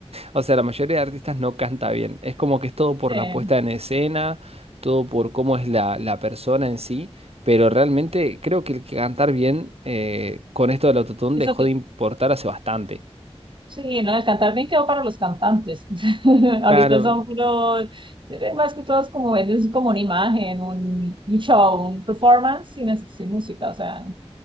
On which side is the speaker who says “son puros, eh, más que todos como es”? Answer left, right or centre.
Right